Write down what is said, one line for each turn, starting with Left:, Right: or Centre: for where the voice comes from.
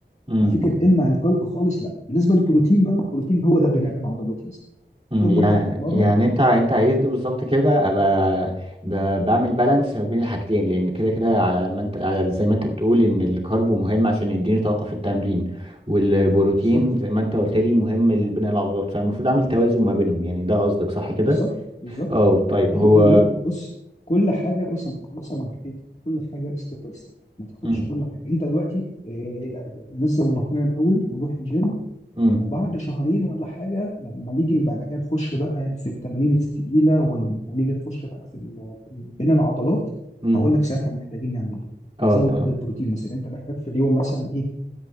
Right: إمم.
Left: ففكره امنع الكارب خالص لا بالنسبه للبروتين بقى البروتين هو ده بناء العضلات يا سيدي
Right: مم،
Left: طول
Right: يعني
Left: ما انت بتتمرن
Right: يعني انت انت عايزني بالظبط كده ابقى ب- بعمل بالانس ما بين الحاجتين لان كده كده على ما انت على زي ما انت بتقول ان الكارب مهم عشان يديني طاقه في التمرين والبروتين
Left: بالظبط
Right: زي ما انت قلت لي مهم لبناء العضلات فالمفروض اعمل توازن ما بينهم يعني ده قصدك صح كده
Left: بالظبط بالظبط
Right: اه طيب
Left: ايوه
Right: هو
Left: اليوم بص كل حاجه بص أنا- بص انا هحكي كل حاجه ستيب باي ستيب ما تاخدش
Right: امم
Left: كل حاجه انت دلوقتي آه، نزل بطننا الاول ونروح الجيم
Right: امم
Left: وبعد شهرين ولا حاجه لما نيجي بعد كده نخش بقى في التمارين التقيله ون- ونيجي نخش بقى في ال- في ال- بين العضلات
Right: امم
Left: هقول لك ساعتها محتاجين نعمل ايه
Right: اه
Left: نزود
Right: طب
Left: البروتين مثلا انت محتاج في اليوم مثلا ايه